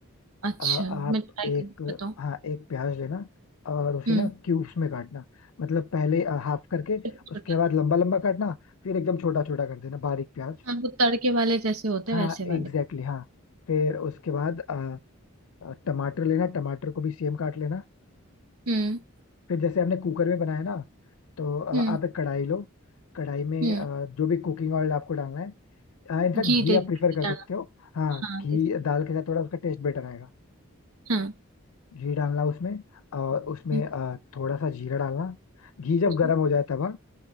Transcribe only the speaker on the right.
अच्छा
मैं ट्राई
कर बताऊँ
हम्म,
छोटा छोटा
ना हाँ, वो तड़के वाले जैसे होते हैं
वैसे वाले
हम्म
हम्म
हम्म
घी
देख
के
डाला
हाँ
देख
हाँ
हम्म,
जीरा,